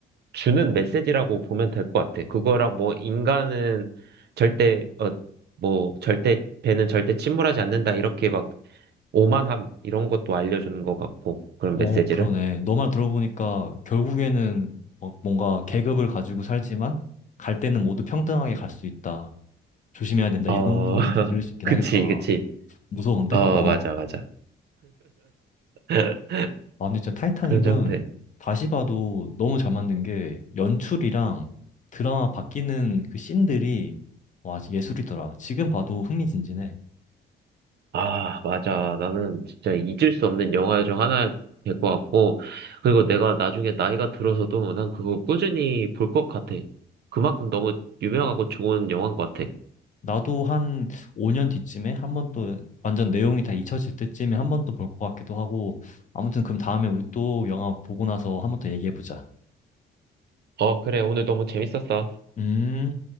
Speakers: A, on the right; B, on the left.
A: 주는 메시지라고 보면 될 것 같아. 그거랑 뭐 인간은 절대, 어, 뭐 절대, 배는 절대 침몰하지 않는다. 이렇게 막 오만함 이런 것도 알려주는 것 같고. 그런
B: 어,
A: 메시지를.
B: 그러네. 너만 들어보니까 결국에는 뭐- 뭔가 계급을 가지고 살지만 갈 때는 모두 평등하게 갈 수 있다. 조심해야 된다.
A: 어,
B: 이런 걸로도
A: <laughs>
B: 들릴 수 있긴
A: 그치,
B: 하겠다.
A: 그치.
B: 무서운데?
A: 어,
B: 어.
A: 맞아, 맞아. <laughs>
B: 아, 근데 진짜 타이타닉은
A: 그런 정도.
B: 다시 봐도 너무 잘 만든 게 연출이랑 드라마 바뀌는 그 씬들이 와, 예술이더라. 지금 봐도 흥미진진해.
A: 아, 맞아. 나는 진짜 잊을 수 없는 영화 중 하나 될 것 같고, 그리고 내가 나중에 나이가 들어서도 난 그거 꾸준히 볼 것 같아. 그만큼 너무 유명하고 좋은 영화인 것 같아.
B: 나도 한 5년 뒤쯤에 한 번 또 완전 내용이 다 잊혀질 때쯤에 한 번 또 볼 것 같기도 하고 아무튼 그럼 다음에 우리 또 영화 보고 나서 한 번 더 얘기해보자.
A: 어, 그래. 오늘 너무 재밌었어.
B: 음.